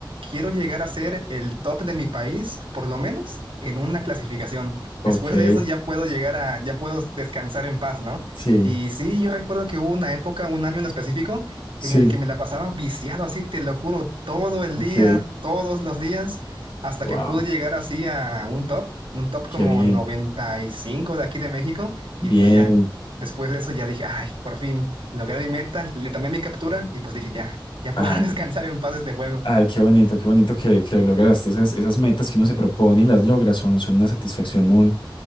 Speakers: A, on the right (about 75°); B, on the left (about 70°).
A: quiero llegar a ser el top de mi país, por lo menos en una clasificación.
B: ok,
A: Después de eso ya puedo llegar a, ya puedo descansar en paz, ¿no?
B: sí,
A: Y sí, yo recuerdo que hubo una época, un año en específico,
B: sí,
A: en el que me la pasaba viciado así, te lo juro, todo el
B: ok,
A: día, todos los días hasta
B: wow,
A: que pude llegar así a un top, un top
B: qué
A: como
B: bien,
A: 95 de aquí de México,
B: bien.
A: y pues ya, después de eso ya dije, ay, por fin, logré mi meta, le tomé mi captura y pues dije, ya, ya
B: Ah,
A: puedo <laughs> descansar en paz este juego.
B: Ay, qué bonito, qué bonito que, que lo lograste. Esas, esas metas que uno se propone y las logra son, son una satisfacción muy,